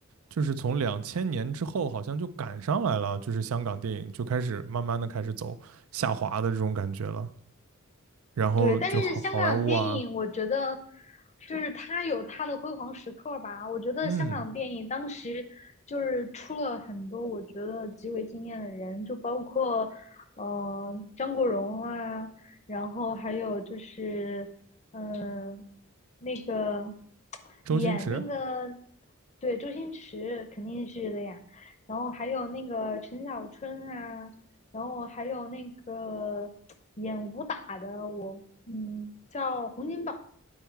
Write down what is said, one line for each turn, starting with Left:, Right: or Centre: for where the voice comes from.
Right: 就是从两千年之后，好像就赶上来了，就是香港电影就开始慢慢的开始走下滑的这种感觉了。然后就好好莱坞啊，
Left: 对，但是香港电影，我觉得就是它有它的辉煌时刻吧。我觉得香港电影当时就是出了很多我觉得极为惊艳的人，
Right: 嗯，
Left: 就包括呃张国荣啊，然后还有就是嗯、呃那个
Right: 周星驰，
Left: 演那个对周星驰肯定是的呀，然后还有那个陈小春啊，然后还有那个演武打的，我嗯叫洪金宝，